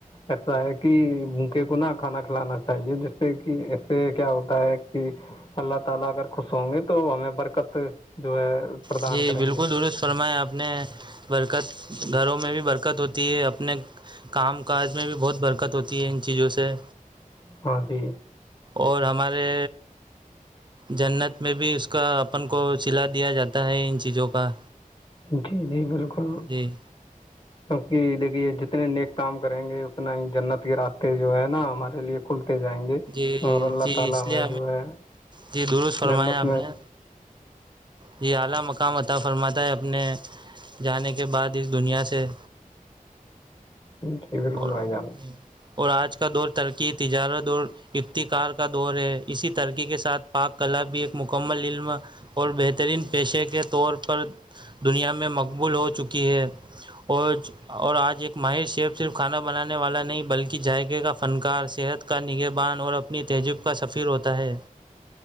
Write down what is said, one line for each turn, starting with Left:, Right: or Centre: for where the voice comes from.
Left: ایسا ہے کہ بھوکے کو نہ کھانا کھلانا چاہیے جس سے کہ اسے کیا ہوتا ہے کہ اللہ تعالی اگر خوش ہوں گے تو ہمیں برکت سے جو ہے پردان
Right: جی
Left: کریں
Right: بالکل
Left: گے
Right: درست فرمایا آپ نے برکت گھروں میں بھی برکت ہوتی ہے اپنے کام کاج میں بھی بہت برکت ہوتی ہے ان چیزوں سے
Left: ہاں جی
Right: اور ہمارے جنت میں بھی اس کا اپن کو سلا دیا جاتا ہے ان چیزوں کا
Left: جی جی بالکل
Right: جی
Left: کیونکہ دیکھیے جتنے نیک کام کریں گے اتنا ہی جنت کے راستے جو ہے نا ہمارے لیے کھلتے جاینگے
Right: جی
Left: اور اللہ
Right: جی
Left: تعالی
Right: اس
Left: ہمیں
Right: لیے
Left: جو ہے
Right: جی درست فرمایا
Left: جنت
Right: آپ
Left: میں
Right: نے جی اعلا مکام عطا فرماتا ہے اپنے جانے کے بعد اس دنیا سے
Left: جی بالکل
Right: اور
Left: بھائی جان
Right: اور آج کا دور ترقی تجارت اور افتقار کا دور ہے اسی ترقی کے ساتھ پاک کلا بھی ایک مکمل علم اور بہترین پیشے کے طور پر دنیا میں مقبول ہو چکی ہے اور اور آج ایک ماہر شیف صرف کھانا بنانے والا نہیں بلکہ ذائقے کا فنکار صحت کا نگہ بان اور اپنی تہذیب کا سفیر ہوتا ہے